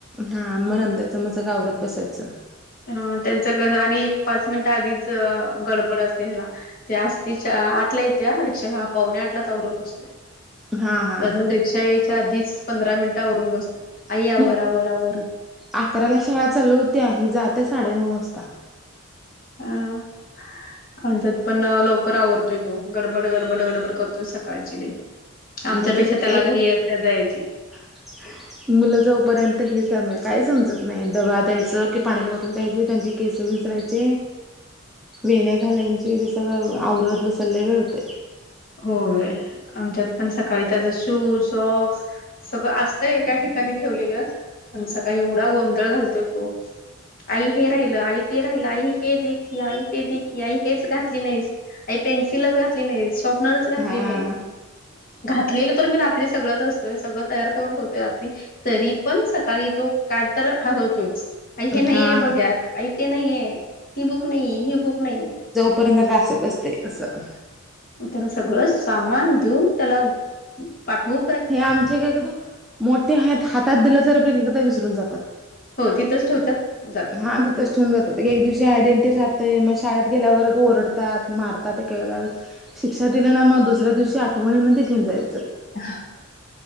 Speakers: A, in the centre; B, on the left.
A: हा मग त्याच माझं <unintelligible> सगळं आवरात बसायचं
B: ह त्यांचं कस <unintelligible> आणि एक पाच मिनिट आधीच गडबड असते ह्याला <unintelligible> ते आज <unintelligible> तीच्या आठला येत्या रिक्षा हा पाहुणे आठलाच आवरून बसतोय.
A: हा हा
B: अजून
A: मग
B: रिक्षा यायच्या आधीच, पंधरा मिनिट आवरून बसतोय.
A: <unintelligible>
B: आई आवर आवर आवर
A: अकराला शाळा चालू होत्या, ही जात्या साडेनऊ वाजता.
B: ह <unintelligible> आमच्यात पण लवकर आवरतोय, तो गडबड गडबड गडबड करतोय सकाळची लय. आमच्यापेक्षा
A: मग तिचं
B: त्याला
A: ते
B: घाई असत्या जायची.
A: <unintelligible> मुलं जोपर्यंत हे सम <unintelligible> काय समजत नाही डबा द्यायचं की पाण्याची बॉटल द्यायची त्यांच केस विचरायचे, वेण्या घालायचे हे सगळं आवरत बसायला लई वेळ होतय.
B: होय. आमच्यात पण सकाळी त्याचा शूज सॉक्स सगळं असत एका ठिकाणी ठेवलेलं. पण सकाळी एवढा गोंधळ घालतोय तो. आई हे राहिलं आई ते राहिला आई हे दे की, आई ते दे की, आई हेच घातली नाहीस. आई पेन्सिलच घातली नाहीस. घातली
A: हा
B: नाही घातलेलं तर मी रात्री सगळच असतं. सगळं तयार करून ठेवतोय रात्री, तरी पण सकाळी तो काय तर हरवतोयच. आई हे नाहीये
A: हा
B: बघ यात आई ते नाही आहे, ती बुक नाही, ही बुक नाही.
A: पोरांचे <unintelligible> जरा असच असतय तसं.
B: त्याला सगळं सामान देऊन, त्याला पाठवू
A: हे आमचे हे <unintelligible> मोठे हाईत हातात दिले तरी पण एक <inaudible> एकदा विसरून जातात.
B: हो तिथंच ठेवतात जातात.
A: हां तिथंच ठेवून जातात एक दिवशी आयडेंटी राहतय मग शाळेत गेल्यावर ओरडतात. मारतात एकेकदा. शिक्षा दिले ना मग दुसऱ्या दिवशी आठवणीन ते घेऊन जाईल <inaudible>
B: <unintelligible>